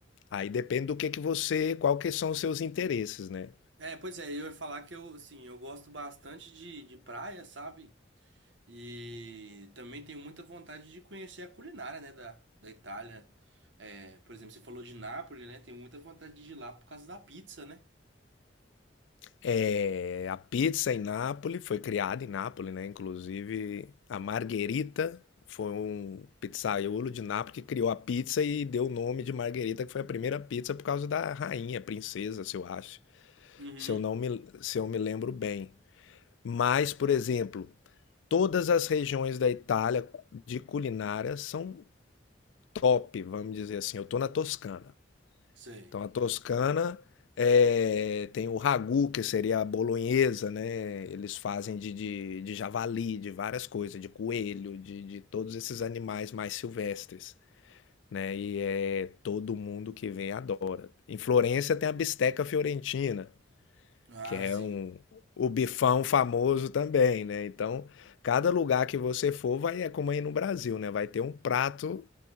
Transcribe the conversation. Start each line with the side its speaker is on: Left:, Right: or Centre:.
Left: Aí depende do que que você, qual que são os seus interesses, né?
Right: É, pois é, eu ia falar que eu, assim, eu gosto bastante de, de praia, sabe? E também tenho muita vontade de conhecer a culinária, né, da, da Itália. É, por exemplo, você falou de Nápoles, né? Tenho muita vontade de ir lá por causa da pizza, né?
Left: É, a pizza em Nápoles foi criada em Nápoles, né? Inclusive a Margherita foi um pizzaiolo de Nápoles que criou a pizza e deu o nome de Margherita, que foi a primeira pizza por causa da rainha, princesa, se eu acho,
Right: Uhum.
Left: se eu não me, se eu me lembro bem. Mas, por exemplo, todas as regiões da Itália de culinária são top, vamos dizer assim. Eu tô na Toscana.
Right: Sei.
Left: Então a toscana eh, tem o ragu, que seria a bolonhesa, né? Eles fazem de, de, de javali, de várias coisas, de coelho, de, de todos esses animais mais silvestres, né? E é todo mundo que vem adora. Em Florença tem a bisteca fiorentina,
Right: Ah,
Left: que é
Right: sim.
Left: um o bifão famoso também, né? Então, cada lugar que você for vai é como aí no Brasil, né? Vai ter um prato